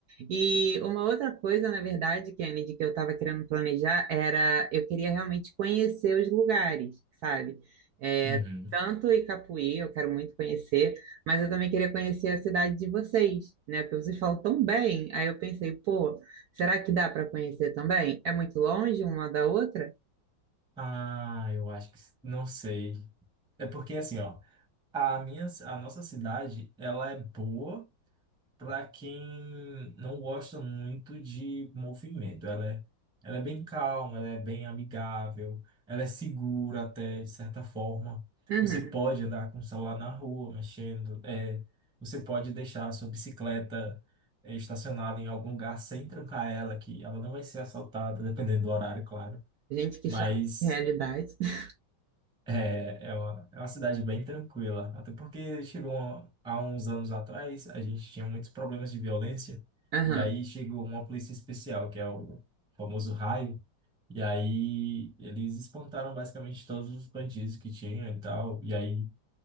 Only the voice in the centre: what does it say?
Uhum.
Ah, eu acho que s- não sei. É porque assim, ó. A minha, a nossa cidade, ela é boa para quem não gosta muito de movimento. Ela é, ela é bem calma, ela é bem amigável, ela é segura até, de certa forma.
Você pode andar com o celular na rua, mexendo. É, você pode deixar a sua bicicleta é, estacionada em algum lugar sem trancar ela, que ela não vai ser assaltada, dependendo do horário, claro.
Mas
é, é uma, é uma cidade bem tranquila. Até porque chegou uma- há uns anos atrás, a gente tinha muitos problemas de violência,
e aí chegou uma polícia especial, que é o famoso raio, e aí eles espantaram basicamente todos os bandidos que tinham e tal. E aí